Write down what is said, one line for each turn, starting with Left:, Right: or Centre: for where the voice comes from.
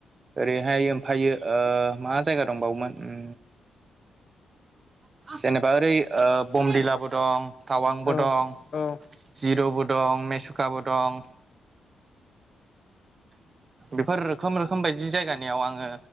Right: बेहाय ओमफायो ओ मा जायगा दंबावोमोन उम जेनेबा ओरै ओ बमदिलाबो दं टावांबो
Left: औ उम
Right: दं
Left: औ
Right: जिर'बो दं मेसुखाबो दं बेफोर रोखोम रोखोम बाय दि जायगानियाव आङो